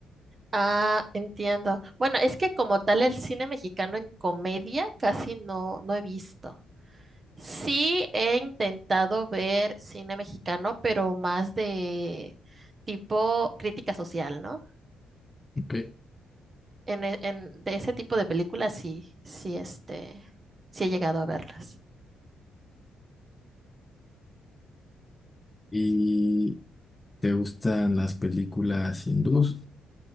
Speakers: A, on the right; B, on the left.
A: Ah, entiendo. Bueno, es que como tal el cine mexicano en comedia casi no, no he visto. Sí, he intentado ver cine mexicano, pero más de tipo crítica social, ¿no?
B: Ok.
A: En, e- en- de ese tipo de películas sí, sí, este, sí he llegado a verlas.
B: Y ¿Te gustan las películas hindús?